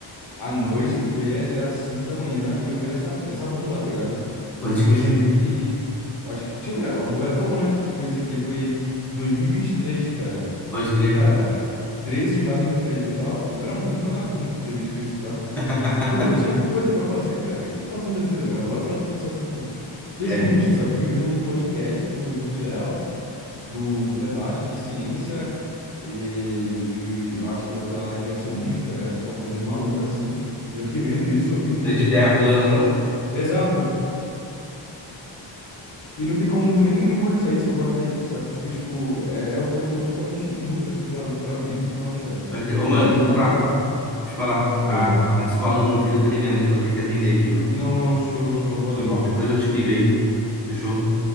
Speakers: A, on the left (about 80°); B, in the centre.
A: à noite, fui ver, já era 5 da manhã, e eu vendo essa, essa bomba, tá ligado?
B: Pode
A: Uma coisa
B: crer,
A: meio que. Eu acho que. Deixa eu ver, eu vou ver até o ano que que foi isso aqui. Foi dois mil e e vinte e três cara.
B: pode crer.
A: Cara, 13 de maio de dois mil e e vinte e três Eu tava. Eu era muito vagabundo pra ter visto isso, tá?
B: <laughs>
A: E, pô, eu tinha coisa pra fazer, cara. O que é que eu tô fazendo da vida? Agora para pensar assim, tipo, que coisa
B: É.
A: inútil, sabe? Fiquei vendo um podcast do, do Vilela, do, do debate de ciência e, e eu acho que outra lá é criacionismo, tá ligado? Tipo, uma coisa de maluca assim. E eu fiquei vendo isso, ouvindo
B: Não
A: isso,
B: é de
A: tipo.
B: terra plana, não?
A: Exato. E não tem como muito nem memorizar isso, ou guardar isso, sabe? Porque, tipo, é, é um conteúdo totalmente inútil, assim, pra, pra vida e tudo mais, cara.
B: Pode crer. Ô, mano,
A: Meio,
B: deixa
A: meio
B: eu falar.
A: bizarro.
B: Deixa eu falar. A,
A: Oi.
B: a escola do meu filho tá ligando aqui. Eu vou ter que atender aqui, mano.
A: Não, não, show, show. Valeu,
B: Foi mal.
A: valeu.
B: Depois eu te ligo aí. Fechou?